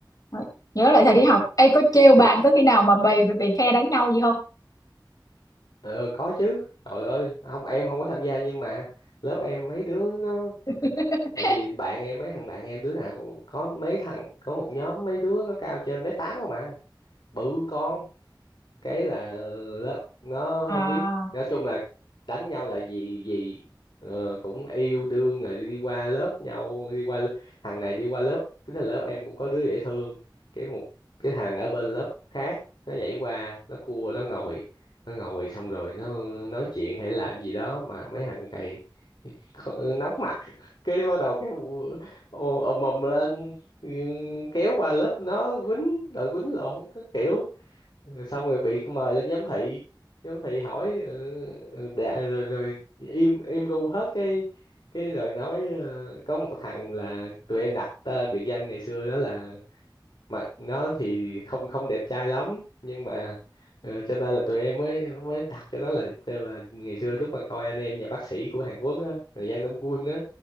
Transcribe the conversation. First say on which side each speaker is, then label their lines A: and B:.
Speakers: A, on the left; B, on the left.
A: Đấy. nhớ lại thời đi học Ê có trêu bạn có khi nào mà bày về phe đánh nhau gì không
B: ờ, có chứ trời ơi không em không có tham gia nhưng mà lớp em mấy đứa nó
A: <laughs>
B: tại vì bạn em mấy thằng bạn em đứa nào có mấy thằng có một nhóm mấy đứa nó cao trên mét tám không mà bự con cái là nó nó
A: à
B: không biết nói chung là đánh nhau là gì gì ờ, cũng yêu đương rồi đi qua lớp nhau đi qua l- thằng này đi qua lớp cái là lớp em cũng có đứa dễ thương cái một cái thằng ở bên lớp khác nó nhảy qua nó cua nó ngồi nó ngồi xong rồi nó nói chuyện hay làm gì đó mà mấy thằng này kh- nóng mặt <laughs> cái bắt đầu cái vụ- ô, ầm ầm lên ừ, kéo qua lớp nó quýnh đòi quýnh lộn các kiểu rồi xong rồi bị mời lên giám thị giám thị hỏi ừ, ừ, đã, rồi rồi im im ru hết cái cái rồi nói ờ, có một thằng là tụi em đặt tên biệt danh ngày xưa đó là mà nó thì không không đẹp trai lắm nhưng mà ờ, cho nên là tụi em mới mới đặt cho nó là kêu là ngày xưa lúc mà coi anh em nhà bác sĩ của Hàn Quốc á là Giang Đông Quân á